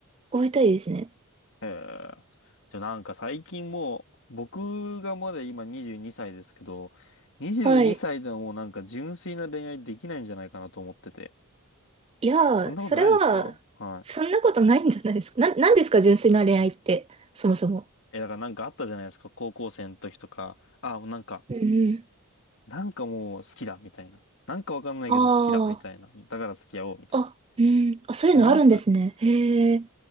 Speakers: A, on the right; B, on the left.
A: 追いたいですね。
B: へえ。じゃあなんか最近もう、僕がまだ今22歳ですけど、22歳でももうなんか純粋な恋愛できないんじゃないかなと思ってて。
A: はい。いやー、
B: そんなことないですかは
A: それは、そんなことないんじゃないですか。な、なんですか、純粋な恋愛って、そもそも。
B: い。え、だからなんかあったじゃないですか。高校生の時とか。あ、もうなんか、
A: うんうん。
B: なんかもう好きだ、みたいな。なんかわかんないけど好きだ、
A: あ
B: みたいな。だから付き合おう、みたいな。
A: あ、あ、うん。あ、そういうのあるんですね。
B: あります
A: へえ。